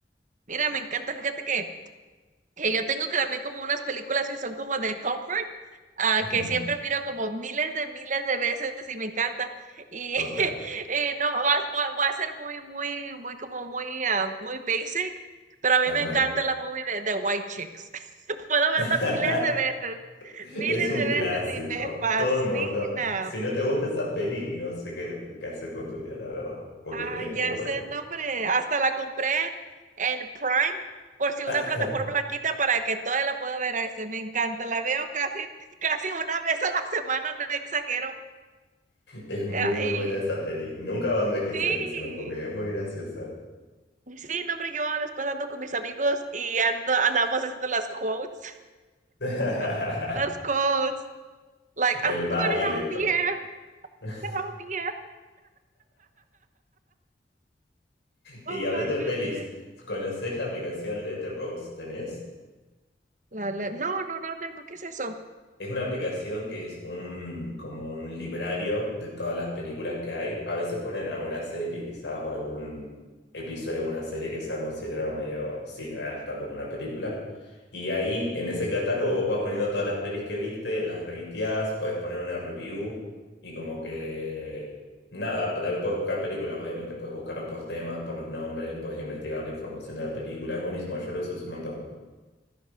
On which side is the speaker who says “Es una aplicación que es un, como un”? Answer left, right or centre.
Left